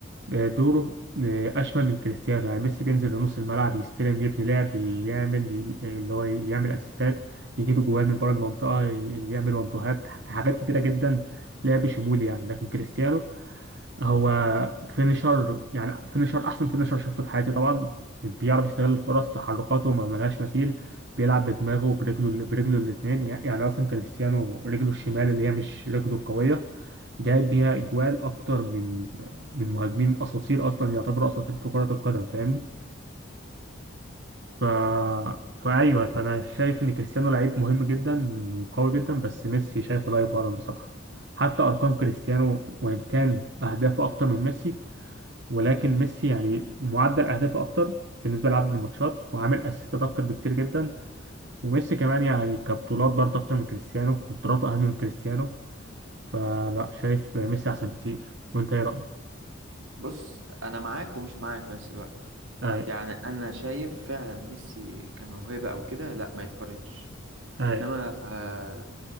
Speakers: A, on the right; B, on the right.
A: آه، دوره آه، أشمل من كريستيانو يعني ميسي بينزل لنص الملعب يستلم يبني لعب يعمل اللي هو يعمل أسيستات يجيب جوان من بره المنطقة ي- يعمل وانتوهات حاجات كتيرة جدا لعب شمولي يعني لكن كريستيانو هو فينيشر يعني فينيشر أحسن فينيشر شفته في حياتي طبعا بيعرف يستغل الفرص تحركاته ما ملهاش مثيل بيلعب بدماغه وبرجله برجله الاتنين يعني أصلا كريستيانو رجله الشمال اللي هي مش رجله القوية جايب بيها اجوال اكتر من من مهاجمين اساطير اصلا يعتبروا اساطير في كرة القدم فاهمني ف... فايوه فانا شايف ان كريستيانو لعيب مهم جدا وقوي جدا بس ميسي شايفه لا يقارن بصراحة حتى ارقام كريستيانو وان كان اهدافه اكتر من ميسي ولكن ميسي يعني معدل اهدافه اكتر بالنسبة لعدد الماتشات وعامل اسيستات اكتر بكتير جدا وميسي كمان يعني كبطولات برضه اكتر من كريستيانو وبطولاته اهم من كريستيانو فلا شايف ميسي احسن بكتير وانت ايه
B: بص انا معاك ومش معاك في نفس الوقت
A: رأيك؟
B: يعني انا شايف فعلا ميسي كموهبة او كده لا ما يتقارنش
A: أي
B: انما آه